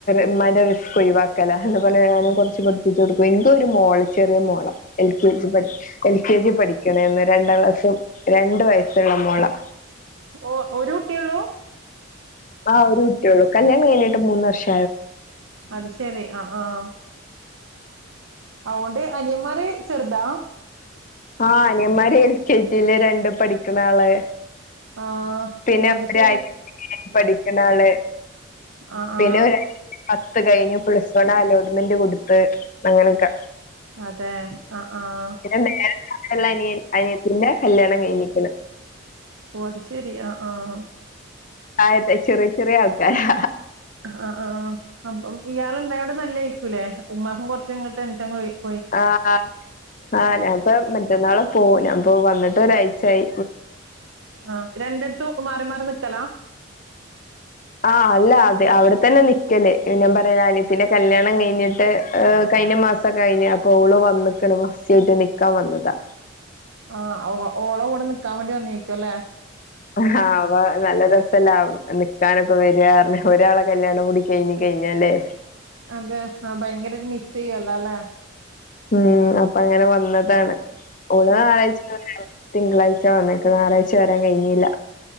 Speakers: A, on the left; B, on the right.
A: ഉമ്മാന്റെ റിസ്ക് ഒഴിവാക്കല്ലാണ് എന്ന് പറഞ്ഞു ഞാനും കുറച്ച് പഠിപ്പിച്ചു കൊടുക്കും. എനിക്കൊരു മോള് ചെറിയ മോളാ എൽ കെ ജി പടി എൽ കെ ജി പഠിക്കണേന്ന് രണ്ടാം ക്ലാസ്സും രണ്ട് വയസ്സുള്ള മോളാ.
B: ഓ ഒരു കുട്ടിയേള്ളൂ?
A: ആഹ് ഒരു കുട്ടിയെ ഉള്ളൂ കല്യാണം കഴിഞ്ഞട്ട് മൂന്ന് വർഷം ആയി
B: അത് ശരി ആഹ് ആഹ് അതുകൊണ്ട് അനിയമാര് ചെറുതാ
A: ആ അനിയന്മാര് എൽ കെ ജിയില് രണ്ടും പഠിക്കണ ആളാ.
B: ആ
A: പിന്നെ
B: ഓ അത്
A: ഒരാഴ്ച
B: ശെരി
A: പഠിക്കണള്
B: ആ
A: പിന്നെ
B: ആ
A: ഒരാ പത്ത് കഴിഞ്ഞ് പ്ലസ്‌ വണ്ണ് അലോട്ട്മെന്റ് കൊടുത്ത് അങ്ങനെയൊക്കെ
B: അതെ ആ ആഹ്
A: പിന്നെ നേരെ താഴെ ഉള്ള അനിയൻ അനി യത്തിന്റെ കല്യാണം കഴിഞ്ഞിക്കണ്
B: ഓഹ് അത് ശെരി ആ ആഹ്
A: ആദ്യത്തെ ചെറിയ ചെറിയ ആൾക്കാരാ
B: ആഹ് ആഹ് ആഹ് അപ്പം ഇയാൾ ഉണ്ടായോണ്ട് നല്ലായിയിരിക്കൂല്ലേ ഉമ്മാക്കും കൊറച്ച്ങ്ങനെ ടെൻഷൻ കുറയും
A: ആഹ് ആഹ് ആഹ് ഞാൻ അപ്പൊ മറ്റന്നാള് പോവും ഞാപ്പൊ വന്നട്ട് ഒരാഴ്ചായി
B: ആഹ് രണ്ടടുത്തും മാറിമാറി നിക്കലാ
A: ആഹ് അല്ല അതെ അവിടെ തന്നെ നിക്കല് ഞാൻ പറഞെര അനയത്തിന്റെ കല്യാണം കഴിഞ്ഞിട്ട് കഴിഞ്ഞ മാസം കഴിഞ്ഞ് അപ്പൊ ഓള് വന്ന്ക്കണ് ഫസ്റ്റ് ആയിട്ട് നിക്കാൻ വന്നതാ
B: ആഹ് ഓ ഓള കൂടെ നിക്കാൻ വേണ്ടി വന്നേക്കുവല്ലേ
A: ആഹ് അപ്പൊ നല്ല രസല്ലേ നിക്കാനൊക്കെ വരുവാ പറഞ്ഞാ ഒരാളെ കല്യാണം കൂടി കഴിഞ്ഞ് കഴിഞ്ഞാല് ലെ
B: അതെ ആഹ് ഭയങ്കര ഒരു മിസ് ചെയ്യുവല്ലോല്ലെ
A: ഉം അപ്പൊ അങ്ങനെ വന്നതാണ് ഓള്
B: ഉം
A: ആഴ്ചേല്
B: ഉം
A: <unintelligible> തിങ്കളാഴ്ച വന്ന്ക്ക് ഞായറാഴ്ച വരാൻ കഴിഞ്ഞില്ല.